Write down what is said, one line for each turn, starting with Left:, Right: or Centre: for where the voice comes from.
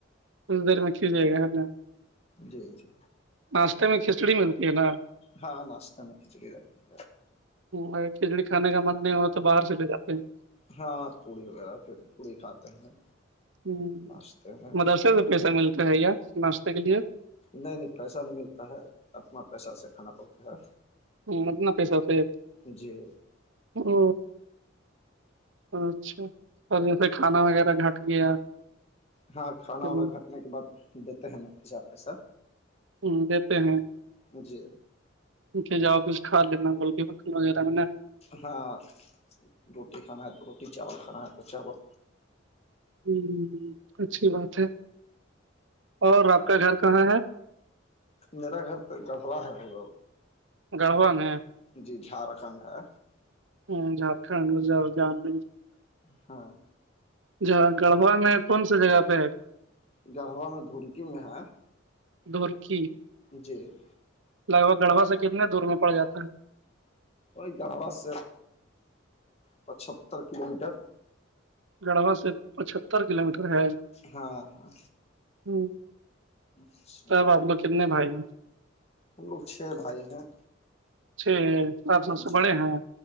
Right: کل دیر میںچھل جائے گا
Left: جی جی
Right: ناشتے میں کھچڑی ملتی ہے نا
Left: ہاں ناشتہ میں کھچڑی رہتی ہے
Right: گر کھچڑی کھانے کا من نہیں ہو تو باہر سے لے جاتے ہیں
Left: ہاں پوڑی وغیرہ پھر پوڑی کھاتے ہیں
Right: ہ
Left: ناچتے ہیں
Right: مدرسے سے پیسہ ملتا ہے یا ناشتے کے لیے
Left: نہیں نہیں پیسہ نہیں ملتا ہے اپنا پیسہ سے کھانا پڑتا ہے
Right: ہاں اتنا پیسہ ہوتا ہے
Left: جی
Right: او اچھا اور جیسے کھانا وغیرہ گھٹ گیا
Left: ہاں کھانا
Right: کبھی
Left: وانا کھٹنے کے بعد دیتے ہیں مفتی سےاح پیسہ
Right: ہ د پے ہیں
Left: جی
Right: اے جؤ کچھ کھا لینا گول کے پٹن وغیرہ میںا
Left: ہاں روٹی کھانا ہے تو روٹی چاول کھانا ہے تو چاول
Right: ہ اچھی بات ہے اور آپ کا گھر کہاں ہے
Left: میرا گھر تو گڑڑا ہے وہا
Right: گڑھوا ن
Left: جی جھارکھنڈ ہے
Right: ہوں جھارکھنڈ ج گام پ
Left: ہاں
Right: جاں گڑھوا میں کون سی جگہ پہ ہے
Left: گڑھوا میں دھوکی میں ہے
Right: دورکی
Left: جی
Right: لگ بھگ گڑھا سے کتنے دور میں پڑ جاتا ہے
Left: وہ گڑھبا سے پچہتر کلو میٹر
Right: گڑھوا سے پچہتر کلو میٹر ہے
Left: ہاں ہاں
Right: ہ
Left: اچھا
Right: تب آپ لوگ کتنے بھائی ہیں
Left: ہم لوگ چھ بھائی ہیں
Right: اچ چھ آپ سب سے
Left: جی
Right: بڑے ہیں